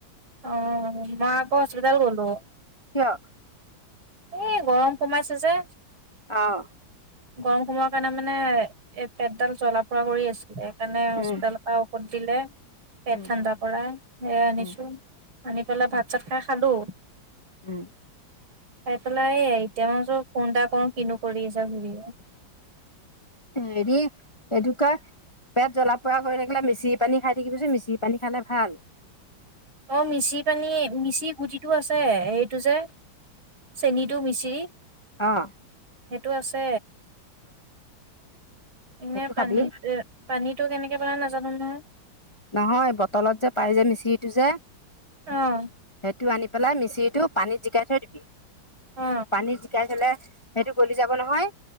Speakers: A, on the right (about 85°); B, on the left (about 25°).
A: অ মই আকৌ হস্পিটল গ'লো
B: কিয়?
A: এ, গৰম সোমাইছে যে
B: অহ
A: গৰম সময়ৰ কাৰণে মানে এ পেটডাল জ্বলা ফুৰা কৰি আছিলে সেইকাৰণে হস্পিতালৰ
B: উম
A: পৰা ঔধ দিলে পেট
B: উম
A: ঠাণ্ডা কৰা সেয়া আনিছো
B: উম
A: আনি পেলাই
B: অ
A: ভাত চাত খাই খালো
B: উম।
A: খাই পেলাই। এই, এতিয়া মই <unintelligible> ফোন এটা কৰোঁ কিনো কৰি আছা বুলি নো?
B: হৰি এটোৱে পেট জ্বলা-পোৰা কৰি থাকিলে, মিচিৰি পানী খাই দিবিচোন। মিচিৰি পানী খালে ভাল
A: অ', মিচি পানী। মিচি গুটিটো আছে সেইটো যে চেনিটো মিচিৰি
B: আহ।
A: সেইটো আছে এনে
B: সেইটো
A: পানীত
B: খাবি
A: পানীত টো কেনেকে বনাই নাজানোঙ নহয়।
B: নহয় বটলত যে পাই যে মিচিৰিটো যে
A: অহ।
B: টো আনি পেলাই মিচিৰিটো পানীত জিকাই থৈ দিবি,
A: অ
B: পানীত জিকাই থলে সেইটো গলি যাব নহয়,